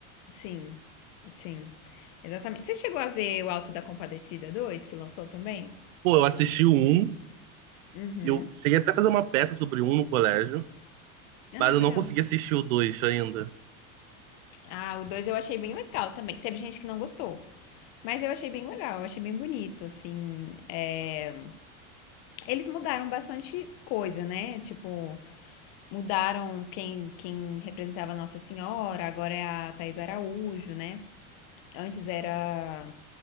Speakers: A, on the left (about 65°); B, on the right (about 85°).
A: Sim, sim. Exatamente. Você chegou a ver o Alto da Compadecida 2 que lançou também?
B: Pô, eu assisti o 1.
A: Uhum.
B: Eu cheguei até a fazer uma peça sobre um no colégio.
A: Ah,
B: Mas eu
A: legal.
B: não consegui assistir o dois ainda.
A: Ah, o 2 eu achei bem legal também. Teve gente que não gostou. Mas eu achei bem legal, eu achei bem bonito, assim. é, Eles mudaram bastante coisa, né? Tipo, mudaram quem, quem representava Nossa Senhora, agora é a Thais Araújo, né? Antes era